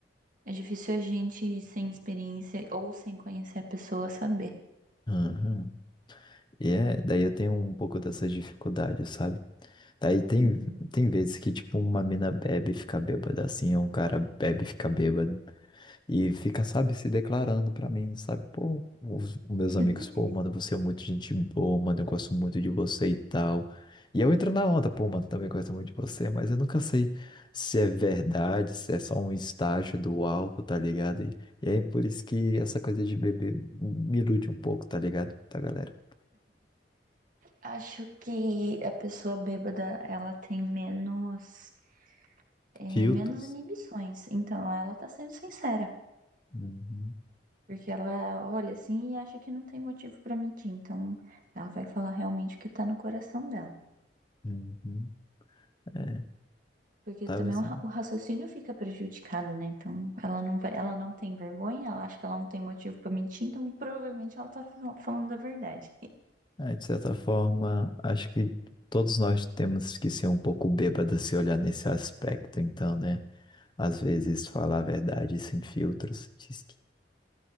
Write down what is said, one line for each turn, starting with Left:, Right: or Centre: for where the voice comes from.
Right: é difícil a gente sem experiência ou sem conhecer a pessoa saber.
Left: aham. E é, daí eu tenho um pouco dessas dificuldades, sabe? Daí tem,
Right: Uhum.
Left: tem vezes que, tipo, uma mina bebe e fica bêbada, assim, ou um cara bebe e fica bêbado. E fica, sabe, se declarando pra mim, sabe? Pô, os os meus
Right: <laughs>
Left: amigos, pô, mano, você é muito gente boa, mano, eu gosto muito de você e tal. E eu entro na onda, pô, mano, também gosto muito de você, mas eu nunca sei se é verdade, se é só um estágio do álcool, tá ligado? E, e aí por isso que essa coisa de beber me ilude um pouco, tá ligado? Tá, galera?
Right: Acho que a pessoa bêbada, ela tem menos, é,
Left: Filtros.
Right: menos inibições. Então, ela tá sendo sincera.
Left: Uhum,
Right: Porque ela olha assim e acha que não tem motivo pra mentir. Então, ela vai falar realmente o que tá no coração dela.
Left: uhum, é,
Right: Porque
Left: talvez.
Right: também o ra- o raciocínio fica prejudicado, né? Então, ela não vai, ela não tem vergonha, ela acha que ela não tem motivo pra mentir, então provavelmente ela tá fal- falando a verdade.
Left: É, de certa forma, acho que todos nós temos que ser um pouco bêbados se olhar nesse aspecto, então, né? Às vezes falar a verdade sem filtros. Diz que...